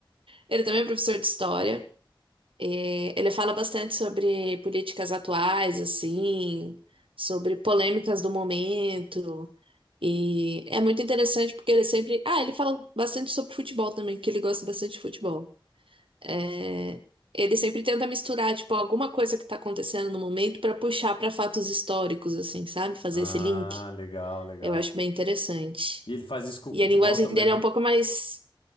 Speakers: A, on the right; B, on the left.
A: Ele também é um professor de história. É, ele fala bastante sobre políticas atuais, assim, sobre polêmicas do momento. E é muito interessante porque ele sempre. Ah, ele fala bastante sobre futebol também, que ele gosta bastante de futebol. É, Ele sempre tenta misturar, tipo, alguma coisa que tá acontecendo no momento pra puxar pra fatos históricos, assim, sabe? Fazer
B: Ah,
A: esse link.
B: legal, legal.
A: Eu acho bem interessante.
B: E ele faz isso com o
A: E
B: futebol
A: a linguagem
B: também.
A: dele é um pouco mais,